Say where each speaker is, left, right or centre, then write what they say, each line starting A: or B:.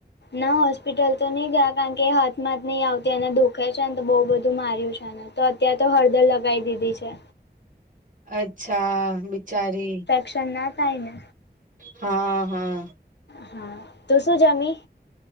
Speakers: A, on the left; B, on the right.
A: ના હોસ્પિટલ તો નહી ગયા કારણ કે હાથમાંત નહી આવતી અને દુઃખ દુઃખે છે ને તો બો બધું માર્યું છે ને તો અત્યારે તો હળદર લગાવી દીધી છે.
B: અચ્છા બિચારી
A: સન્ના તાઈ ને
B: હા હા.
A: હા તું શું જમી.